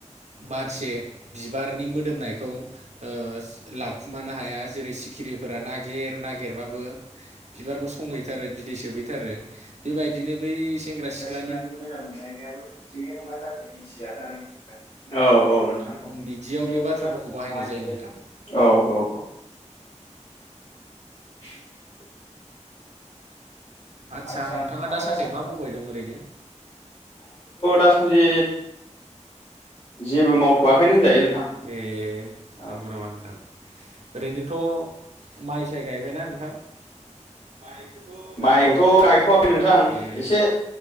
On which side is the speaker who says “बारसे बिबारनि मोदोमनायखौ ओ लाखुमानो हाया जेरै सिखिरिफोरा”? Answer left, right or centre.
Right